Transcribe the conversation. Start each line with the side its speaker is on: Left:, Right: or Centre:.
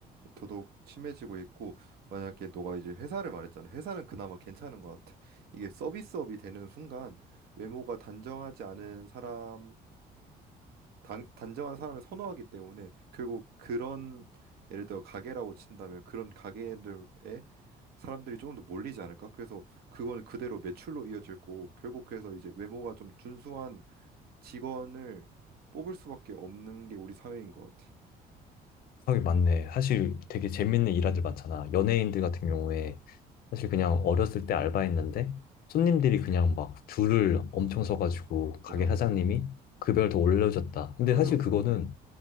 Right: 더더욱 심해지고 있고 만약에 너가 이제 회사를 말했잖아. 회사는 그나마 괜찮은 것 같아. 이게 서비스업이 되는 순간 외모가 단정하지 않은 사람보다 단, 단정한 사람을 선호하기 때문에 결국 그런 예를 들어 가게라고 친다면 그런 가게들에 사람들이 조금 더 몰리지 않을까? 그래서 그거는 그대로 매출로 이어질 고 결국 그래서 이제 외모가 좀 준수한 직원을 뽑을 수밖에 없는 게 우리 사회인 것 같아.
Left: 하긴 맞네. 사실 되게 재밌는 일화들 많잖아. 연예인들 같은 경우에 사실 그냥 어렸을 때 알바했는데 손님들이 그냥 막 줄을 엄청 서가지고
Right: 맞아
Left: 가게
Right: 맞아.
Left: 사장님이 급여를 더 올려줬다. 근데
Right: 맞아
Left: 사실
Right: 맞아.
Left: 그거는